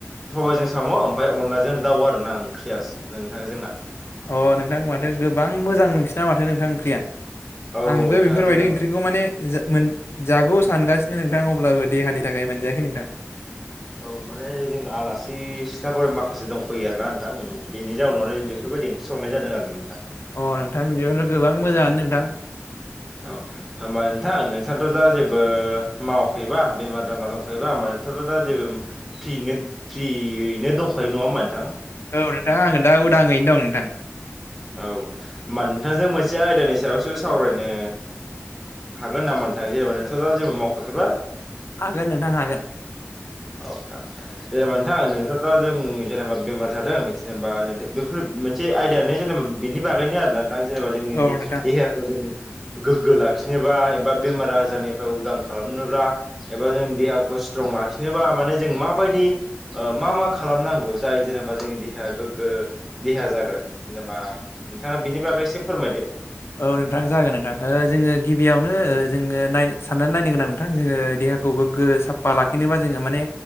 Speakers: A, in the centre; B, on the left.
A: सबायाइजों साम ओमफ्राय अनदलाजों दाउ आरो ना ओंख्रिया नोंथां जोंना
B: अ नोंथां माथो गोबां मोजां नोंसिना माथो नोंथां ओंख्रिया
A: औ
B: आंबो
A: नोंथां
B: बेफोरबायदि
A: जोंना मा
B: ओंख्रिखौ माने मोन जागौ सानगा- नो‌ नोंथां अब्लाबो देहानि थाखाय मोनजायाखै नोंथां
A: औ माने जों आलासि सिख्लाफोर माखासे दंफैयो आरोना नोंथां बेनि जाउनावनो बेफोर बायदि ओंख्रि संनाय जादों आरो नोंथां
B: अ नोंथां बिदिबाथ गोबां मोजाङानो नोंथां
A: औ होमबा नोंथां नोंस्राथ दा जेबो मावाखैबा बेमार जाना दंखायोबा होनबा नोंथाङाथ दा जेबो पियैनो फ्रियैनो दंखायो नंङा होमबा नोंथां?
B: औ नोंथां आंङो दा उदांङै नों दं नोंथां
A: औ होमबा नोंथांजों मोनसे आयदानि सायावसो सावरायनो हागोन नामा नोथां जेनेबा नोंथांङाथ जेबो मावखाखैबा?
B: हागोन नोंथां हागोन
A: औ नोंथां जेनेबा नोंथां नोंथ जों जेनेबा बेमार जादों जेनेबा बेफोर मोनसे आयदायानो जेनेबा बिनि बागैनो आरो ना नोंथां जेनेबा जोंनि
B: औ
A: दे-
B: नोंथां
A: देहाखौ जों गोग्गो लाखिनोबा एबा बेमार आजारनिफ्राय उदां खालामनोबा एबा जों देहाखौ स्तंलाख खिनोबा माने जों माबायदि ओ मा मा खालामनांगौ जाय जेनेबा जोंनि देहाया गोग्गो देहा जागोन जेनेबा नोंथांङा बिनि बागै एसे फोरमायदो
B: औ नोंथां जागोन नोंथां ओ जोंङो गिबियावनो जोंङो साननानै नायनो गोनां नोंथां जोंङो खौ गोग्गो साफा लाखिनोबा जोंङो माने